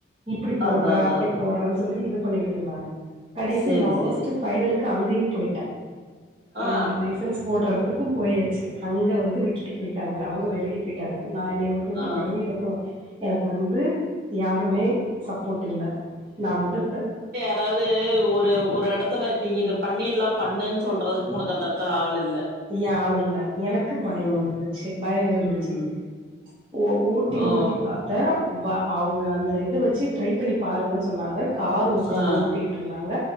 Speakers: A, on the right; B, on the right.
A: இப்டி போடுற
B: அதா அதா
A: அப்டி போடுற சொல்லி இது பண்ணிக்கிட்டு இருந்தாங்க கடைசி
B: சேரி
A: லாஸ்ட்டு
B: சேரி
A: பைனலு அங்கயு போய்ட்ட
B: ஆ
A: ஏ லை எசன்ஸ் போடுற எடத்துக்கு போயாச்சு அங்க வந்து விட்டுட்டு போய்ட்டாங்க அவங்க வேலைக்கி பே ட்டாங்க நா என்னய மட்டு விட்டு
B: ஆ
A: போய்ட்டாங்க எனக்கு எனக்கு வந்து யாருமே சப்போட் இல்ல நா மட்டு த
B: அதாது ஒரு ஒரு எடத்துல நீ இத பண்ணிட்லா பண்ணுன் சொல்றதுக்கு உனக்கு அந்த எடத்துல ஆள் இல்ல
A: ய்ய ஆள் இல்ல எனக்கு பயோ
B: ம்
A: வந்துச்சு பயோ இருந்துச்சு
B: ம்
A: ஓ ஓட்டி
B: ஓ
A: ஓட்டி பாத்த வ அவங்க அந்த இத வச்சி ட்ரை பண்ணி பாருங்கன் சொன்னாங்க கார் ஒருத்தவங்க
B: ஆ
A: ஓட்டிக்கிட்ருந்தாங்க